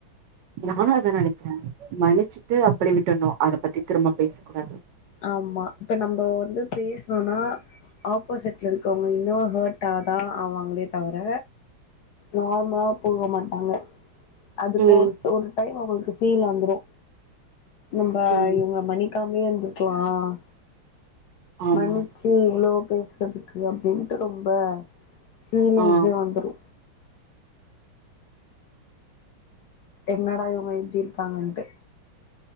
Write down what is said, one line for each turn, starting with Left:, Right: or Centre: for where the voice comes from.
Right: நானும் அதான் நனைக்கிறேன் மன்னிச்சுட்டு அப்டியே விட்டுணும் அத பத்தி திரும்ப பேசக்க கூடாது
Left: ஆமா இப்ப நம்ம வந்து பேசணோம்னா ஆப்போசிட்ல இருக்கவங்க இன்னோ ஹர்ட்டாதான் ஆவாங்களே தவிர நார்மலா போக மாட்டாங்க அதுக்கு
Right: ம்
Left: ஒரு ஒரு டைம் அவுங்களுக்கு சீன் வந்துரும் நம்ப
Right: ம்
Left: இவங்க மணாணிக்க கமிஅந்து கற்கலாம் ஆ
Right: ஆமா
Left: மன்னிச்சு இவ்வளோ பேசுறதுக்கு அப்டின்ட்டு ரொம்ப ஃபீலிங்ஸே
Right: ஆ
Left: வந்துடோ என்னடா இவுங்க இப்டி இருக்காங்கன்ட்டு